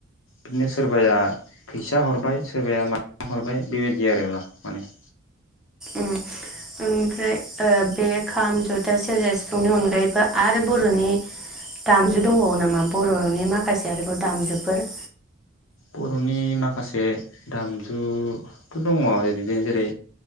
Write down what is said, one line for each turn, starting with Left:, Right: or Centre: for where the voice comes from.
Left: बिदिनो सोरबाया फैसा हरबाय सोरबाया माइरं हरबाय बेबायदि आरो मा माने।
Centre: उम ओमफ्राय ओ बे खाम, जथा, सेरजा, सिफुंनि अनगायैबो आरो बर'नि दामजु दंबावो नामा बर'नि माखासे आरोबाव दामजुफोर?
Left: बर'नि माखासे दामजु थ दङ ओरैनो जेरै